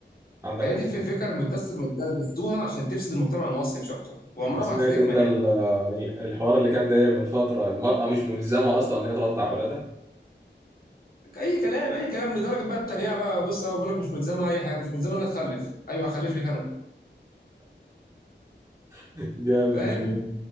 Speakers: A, on the right (about 20°); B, on the left (about 50°).
A: عندك
B: هي
A: حق
B: دي الفكر متدس متدستوها عشان تفسد المجتمع المصري مش اكتر وعمرها
A: انت سمعت
B: ما هتتكمل
A: انت ال-
B: يعني
A: ال- الحوار اللي كان داير من فترة المرأة مش ملزمة اصلا ان هي ترضع اولادها
B: اي كلام اي كلام لدرجه بقى التريقه بقى بص هو بيقول لك مش ملزمه اي حاجه مش ملزمه انها تخلف ايوه هخلف لك انا
A: <laughs> جامد
B: فاهم
A: جدا.